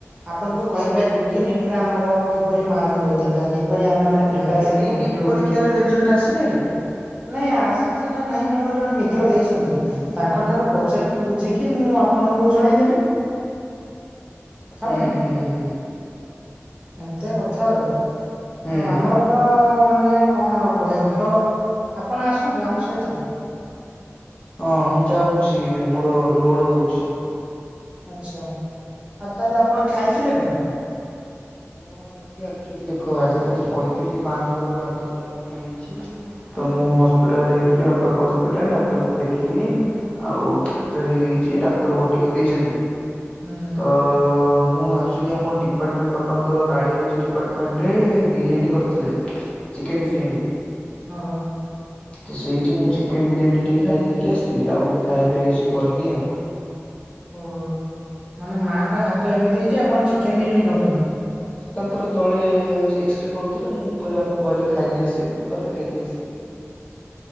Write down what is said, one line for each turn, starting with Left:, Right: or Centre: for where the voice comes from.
Right: ଆପଣଙ୍କୁ କହିପାରିବି କି ନିଟ ରେ ଆମର କିପରି ମାର୍କ ରହିଥିଲା କିପରି ଆମେ ମାନେ ପ୍ରିପାରେସନ
Left: ଏ ରିନିଟ୍
Right: କରୁଥିଲୁ
Left: ପରୀକ୍ଷାରେ ରେଜଲ୍ଟ ଆସିଲାଣି?
Right: ନାଇଁ ଆସିଛି ନା ନାଇଁ ମୋର ଜଣେ ମିତ୍ର ଦେଇଛନ୍ତି ତାଙ୍କଠାରୁ ପ ପଚାରିକି ବୁଝିକି ମୁଁ ଆପଣଙ୍କୁ ଜଣଇଦେବି। ହବନି
Left: ହୁଁ ହୁଁ ହୁଁ
Right: ଏମିତିଆ କଥା ଆଉ। ଆଉ
Left: ହୁଁ।
Right: ଆମର ତ ମାନେ କଣ ଆଉ କହିଅ ହଉ ଆପଣ ଆସନ୍ତୁ ଆମ ସହିତ।
Left: ହଁ ମୁଁ ଯାଉଛି ମୋର ଲୋଡ ହଉଛି।
Right: ଆଚ୍ଛା ଆଉ ତାହେଲେ ଆପଣ ଖାଇଥିଲେ କଣ?
Left: ମୁଁ ଆଜି ଆକ୍ଚୁଲି ଦେଖ ଆଜି ତ ମୁଁ କହିଥିଲି ମାଆଙ୍କର ହାତଟା ଏମିତି ହେଇଛି ତ ମୁଁ ହସ୍ପିଟାଲ ଯାଇଥିଲି ବାପାଙ୍କ ହସ୍ପିଟାଲ ଡାକ୍ତରଙ୍କୁ ଦେଖେଇଲି ଆଉ ଫ୍ରାକ୍ଟର ହେଇଯାଇଛି ଡାକ୍ତର ଭଟିକା ଦେଇଛନ୍ତି।
Right: ହୁଁ
Left: ତ ମୁଁ ଆଚୁଲି ଆମ ଡିପାର୍ଟମେଣ୍ଟ ବାପାଙ୍କର କାର୍ଡିଓଲୋଜି ଡିପାର୍ଟମେଣ୍ଟରେ ବିରିୟାନୀ କରିଥିଲେ। ଚିକେନ
Right: ଆଚ୍ଛା
Left: ବିରିୟାନୀ।
Right: ଓ ହୋ।
Left: ତ ସେଇଠି ମୁଁ ଚିକେନ ବିରିୟାନୀ ଟିକେ ଖାଇ ଦେଇେଇକି ଆସିଥିଲି ଆଉ ଖାଇବା ପିଇବା କିଛି କରିନି ଆଉ।
Right: ଓହୋ ମାନେ ମାଆଙ୍କ ହାତ ଏମିତି ହେଇଛି ଆପଣ ଚିକେନ ବିରିୟାନୀ ଖାଉଛନ୍ତି?
Left: ତାଙ୍କର ତଳେ ଏକ୍ସରେ କରୁଥିଲେ ମୁଁ ଉପରେ ବାପା କହିଲେ ଖାଇଦେଇ ଆସିବାକୁ ମୁଁ କହିଲି ଖାଇଦେଇ ଆସିଲି।